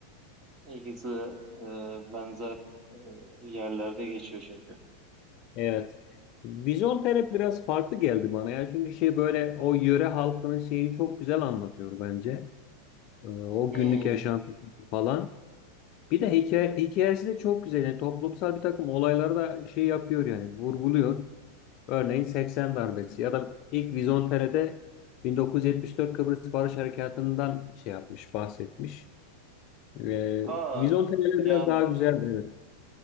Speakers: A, on the right; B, on the left.
A: ikisi de, e, benzer e, yerlerde geçiyor çünkü.
B: Evet. Vizontele biraz farklı geldi bana ya. Çünkü şey böyle o yöre halkının şeyini çok güzel anlatıyor bence. Ee, O
A: Hmm.
B: günlük yaşantısı falan. Bir de hikaye, hikayesi de çok güzel. Yani toplumsal bir takım olayları da şey yapıyor yani vurguluyor. Örneğin 80 darbesi ya da ilk Vizontere'de 1974 Kıbrıs Barış Harekatı'ndan şey yapmış, bahsetmiş. Ee,
A: Aa
B: Vizontere'ler
A: ya
B: biraz daha güzeldir. evet.